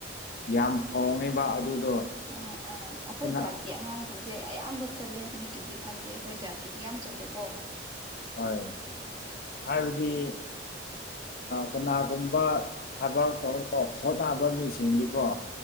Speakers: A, on the left (about 50°); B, on the right (about 25°).
A: ꯌꯥꯝ ꯍꯣꯡꯉꯤꯕ ꯑꯗꯨꯗꯣ
B: ꯑꯥ ꯑꯥ ꯑꯩꯈꯣꯏ
A: ꯀꯅꯥ
B: ꯖꯥꯠꯀꯤ ꯑꯉꯥꯡꯁꯤꯡꯁꯦ ꯏꯦ ꯑꯌꯥꯝꯕ ꯆꯠꯂꯦ ꯃꯤꯒꯤꯗꯤ ꯈꯪꯗꯦ ꯑꯩꯈꯣꯏ ꯖꯥꯠꯀꯤꯗꯤ ꯌꯥꯝ ꯆꯜꯂꯦꯀꯣ
A: ꯍꯣꯏ ꯍꯥꯏꯕꯗꯤ ꯀꯅꯥꯒꯨꯝꯕ ꯊꯕꯛ ꯇꯧꯔ ꯍꯣꯠꯅꯕ ꯃꯤꯁ ꯆꯤꯡꯗꯤꯀꯣ